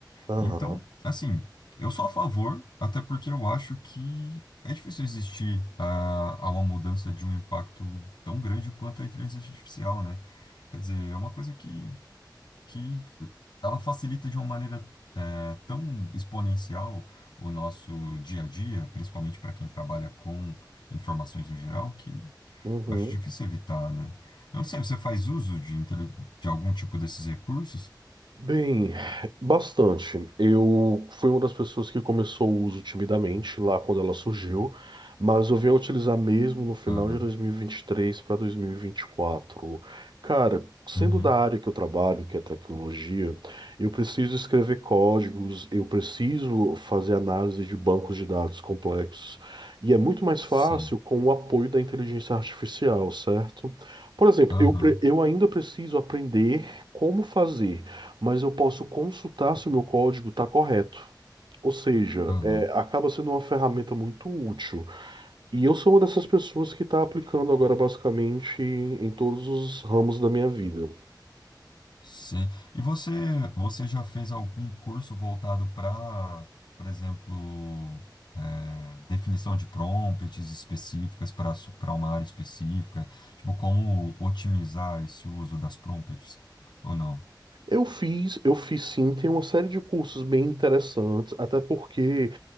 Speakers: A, on the right; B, on the left.
A: Aham.
B: Então, assim, eu sou a favor, até porque eu acho que é difícil existir a, a uma mudança de um impacto tão grande quanto a inteligência artificial, né? Quer dizer, é uma coisa que que ela facilita de uma maneira é, tão exponencial o nosso dia a dia, principalmente para quem trabalha com informações no geral, que
A: Uhum.
B: eu acho difícil evitar, né? Eu não sei, você faz uso de, intele- de algum tipo desses recursos?
A: Bem, bastante. Eu fui uma das pessoas que começou o uso timidamente lá quando ela surgiu, mas eu vim a utilizar mesmo no final
B: Aham.
A: de dois mil e e vinte e três para dois mil e e vinte e quatro Cara, sendo
B: Uhum.
A: da área que eu trabalho, que é tecnologia, eu preciso escrever códigos, eu preciso fazer análise de bancos de dados complexos, e é muito mais fácil
B: Sei.
A: com o apoio da inteligência artificial, certo? Por exemplo,
B: Aham.
A: eu, pre- eu ainda preciso aprender como fazer mas eu posso consultar se o meu código está correto. Ou seja,
B: Aham.
A: é, acaba sendo uma ferramenta muito útil. E eu sou uma dessas pessoas que está aplicando agora basicamente em todos os ramos da minha vida.
B: Sim. E você, você já fez algum curso voltado para, por exemplo, é, definição de prompts específicas para para uma área específica? Tipo, como otimizar esse uso das prompts? Ou não?
A: Eu fiz, eu fiz sim, tem uma série de cursos bem interessantes, até porque